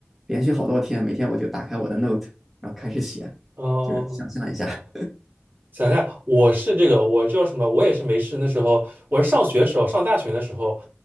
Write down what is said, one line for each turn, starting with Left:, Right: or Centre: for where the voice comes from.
Centre: 连续好多天，每天我就打开我的 Note，然后开始写，
Right: 哦。哦哦
Centre: 就是想象一下，<laughs>
Right: 想一下，我是这个，我叫什么？我也是没事。那时候我是上学时候，上大学的时候，